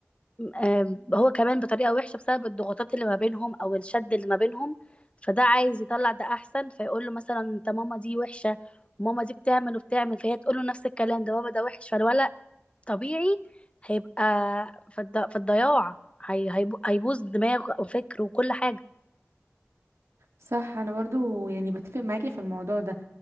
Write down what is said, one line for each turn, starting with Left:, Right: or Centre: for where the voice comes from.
Left: آم، هو كمان بطريقة وحشة بسبب الضغوطات اللي ما بينهم او الشد اللي ما بينهم فده عايز يطلع ده احسن فيقول له مثلا انت ماما دي وحشة وماما دي بتعمل وبتعمل فهي تقول له نفس الكلام ده بابا ده وحش فالولد طبيعي هيبقى في, الض... في الضياع هي... هيب- هيبوظ دماغه وفكره وكل حاجة
Right: صح انا برضو يعني بتفق معاكي في الموضوع ده